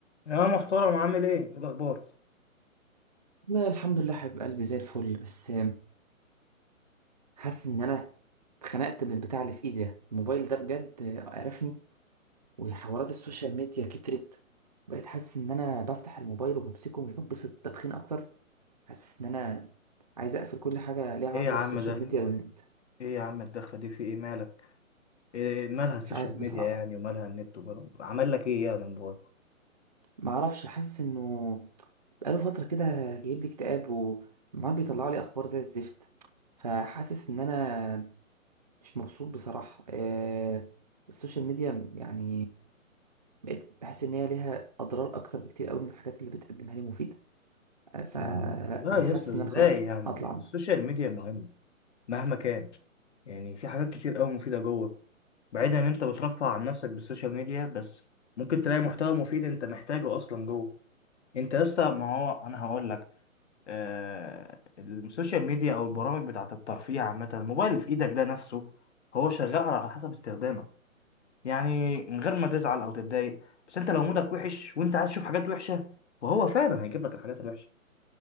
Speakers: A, on the left; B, on the right.
A: يا محترم عامل ايه إيه الاخبار
B: لا الحمد لله حبيب قلبي زي الفل بس حاسس ان انا اتخنقت من البتاع اللي في ايدي ده الموبايل ده بجد قرفني وحوارات السوشيال ميديا كترت بقيت حاسس ان انا بفتح الموبايل وبمسكه ومش بتبسط تدخين اكتر حاسس ان انا عايز اقفل كل حاجه ليها علاقه
A: ايه يا عم
B: بالسوشيال
A: ده في-
B: ميديا والنت
A: ايه يا عم الدخله دي في ايه مالك ايه إيه مالها السوشيال
B: مش عارف بصراحه
A: ميديا يعني ومالها النت ومالها عمل لك ايه يعني الموبايل
B: ما اعرفش حاسس انه بقاله فتره كده جايب لي اكتئاب وعمال بيطلع لي اخبار زي الزفت فحاسس ان انا مش مبسوط بصراحة آه السوشيال ميديا يعني بقيت بحس ان هي ليها اضرار اكتر بكتير قوي من الحاجات اللي بتقدمها لي مفيدة آه، فلا
A: مم، لا
B: انا
A: يا
B: حاسس
A: اسطى ازاي
B: ان انا خلاص
A: يعني
B: هطلع
A: السوشيال
B: منها
A: ميديا مهمه مهما كان يعني في حاجات كتير قوي مفيده جوه بعيدا ان انت بترفع عن نفسك بالسوشيال ميديا بس ممكن تلاقي محتوى مفيد انت محتاجه اصلا جوه انت يا اسطى ما هو انا هقول لك آه، السوشيال ميديا او البرامج بتاعت الترفيه عامه الموبايل اللي في ايدك ده نفسه هو شغال على حسب استخدامك يعني من غير ما تزعل او تتضايق بس انت لو مودك وحش وانت عايز تشوف حاجات وحشه فهو فعلا هيجيب لك الحاجات الوحشه